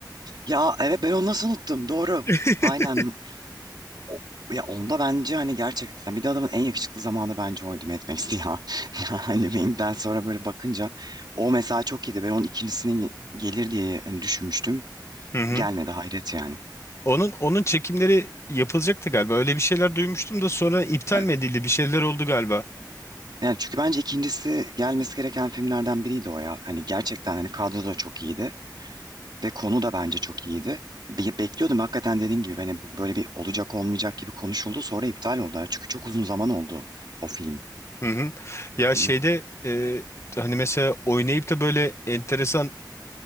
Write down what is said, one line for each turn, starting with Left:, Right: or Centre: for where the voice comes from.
Right: Ya evet ben onu nasıl unuttum doğru.
Left: <laughs>
Right: Aynen O- Ya onda bence hani gerçekten bir de adamın en yakışıklı zamanı bence oydu Mad Max'ti ya. <laughs> Yani Wing'den sonra böyle bakınca o mesela çok iyiydi. Ben onun ikincisinin ge- gelir diye hani düşünmüştüm.
Left: Hı hı.
Right: Gelmedi hayret yani.
Left: Onun onun çekimleri yapılacaktı galiba. Öyle bir şeyler duymuştum da sonra iptal
Right: Evet.
Left: mi edildi? Bir şeyler oldu galiba.
Right: Yani çünkü bence ikincisi gelmesi gereken filmlerden biriydi o ya. Hani gerçekten hani kadro da çok iyiydi ve konu da bence çok iyiydi. Be- bekliyordum hakikaten dediğin gibi hani böyle bir olacak olmayacak gibi konuşuldu sonra iptal oldular. Çünkü çok uzun zaman oldu o film.
Left: Hı hı. Ya
Right: Değil
Left: şeyde
Right: mi?
Left: e, hani mesela oynayıp da böyle enteresan